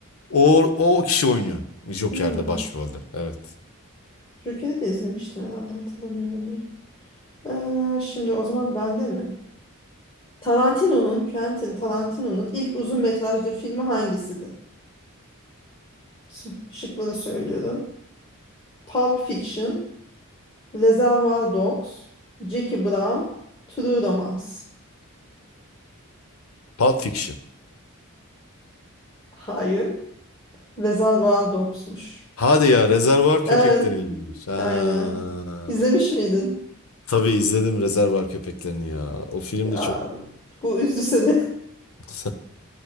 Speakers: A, on the left (about 70°); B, on the left (about 25°).
A: O, o kişi oynuyor Joker'de
B: Hı.
A: başrolde. Evet.
B: Joker'i de izlemiştim herhalde hatırlamıyorum iyi. Ee, şimdi o zaman bende mi? Tarantino'nun, Quentin Tarantino'nun ilk uzun metrajlı filmi hangisidir? Ş- Şıkları söylüyorum. Pulp Fiction, Reservoir Dogs, Jackie Brown, True Romance.
A: Pulp Fiction.
B: Hayır, Reservoir Dogs'muş.
A: Hadi ya Rezervuar
B: Evet,
A: Köpekleri'niymiş. Ha.
B: aynen. İzlemiş miydin?
A: Tabii izledim Rezervuar Köpeklerini ya. O film
B: Ya,
A: de çok
B: bu üzdü seni.
A: <laughs>